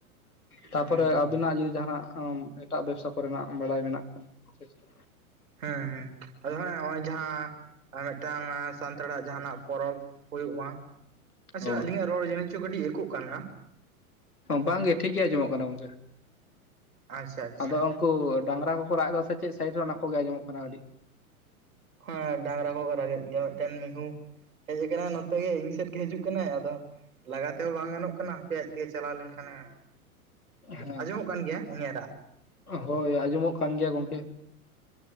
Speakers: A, on the left; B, on the right.
A: ᱛᱟᱯᱚᱨᱮ
B: ᱦᱮᱸ
A: ᱟᱵᱤᱱᱟᱜ ᱡᱩᱫᱤ ᱡᱟᱦᱟᱱᱟᱜ ᱟᱢ ᱮᱠ ᱮᱴᱟᱜ ᱵᱮᱵᱽᱥᱟ ᱠᱚᱨᱮᱱᱟᱜ ᱵᱟᱲᱟᱭ ᱢᱮᱱᱟᱜ ᱠᱷᱟᱱ ᱥᱮ ᱪᱮᱫ <inaudible>
B: ᱦᱮᱸ ᱦᱮᱸ ᱟᱫᱚ ᱦᱮᱸ ᱱᱚᱜᱼᱚᱭ ᱡᱟᱦᱟᱸ ᱢᱤᱫᱴᱟᱝ ᱥᱟᱱᱛᱟᱲᱟᱜ ᱡᱟᱦᱟᱸᱱᱟᱜ ᱯᱚᱨᱚᱵᱽ ᱦᱩᱭᱩᱜ ᱢᱟ। ᱟᱪᱪᱷᱟ
A: ᱚ
B: ᱟᱹᱞᱤᱧᱟᱜ ᱨᱚᱲ ᱡᱟᱹᱱᱤᱡ ᱪᱚ ᱠᱟᱹᱴᱤᱡ ᱮᱠᱚᱜ ᱠᱟᱱᱟ।
A: ᱵᱟᱝᱜᱮ ᱴᱷᱤᱠ ᱜᱮ ᱟᱸᱡᱚᱢᱚᱜ ᱠᱟᱱᱟ ᱜᱚᱝᱠᱮ
B: ᱟᱪᱪᱷᱟ ᱟᱪᱪᱷᱟ
A: ᱟᱫᱚ ᱼᱼ ᱩᱱᱠᱩ ᱰᱟᱝᱨᱟ ᱠᱚᱠᱚ ᱨᱟᱜ ᱮᱫᱟ ᱥᱮ ᱪᱮᱫ ᱥᱟᱭᱤᱰ ᱨᱮ ᱚᱱᱟ ᱠᱚᱜᱮ ᱟᱸᱡᱚᱢᱚᱜ ᱠᱟᱱᱟ ᱠᱟᱹᱴᱤᱡ।
B: ᱦᱮᱸ ᱰᱟᱝᱨᱟ ᱠᱚ ᱠᱚ ᱨᱟᱜ ᱮᱫ ᱜᱮᱭᱟ ᱢᱤᱫᱴᱮᱱ ᱢᱤᱦᱩ। ᱦᱮᱡ ᱟᱠᱟᱱᱟᱭ ᱱᱚᱛᱮ ᱜᱮ ᱤᱧ ᱥᱮᱫ ᱜᱮ ᱦᱤᱡᱩᱜ ᱠᱟᱱᱟᱭ᱾ ᱟᱫᱚ ᱞᱟᱜᱟ ᱛᱮᱦᱚᱸ ᱵᱟᱝ ᱜᱟᱱᱚᱜ ᱠᱟᱱᱟ᱾ ᱦᱟᱯᱮ ᱟᱡ ᱼᱼ ᱛᱮ ᱪᱟᱞᱟᱣ ᱞᱮᱱᱠᱷᱟᱱᱮ
A: ᱦᱮᱸ
B: ᱟᱸᱡᱚᱢᱚᱜ ᱠᱟᱱ ᱜᱮᱭᱟ ᱩᱱᱤᱭᱟᱜ ᱨᱟᱜ?
A: ᱦᱳᱭ ᱟᱸᱡᱚᱢᱚᱜ ᱠᱟᱱ ᱜᱮᱭᱟ ᱜᱚᱢᱠᱮ।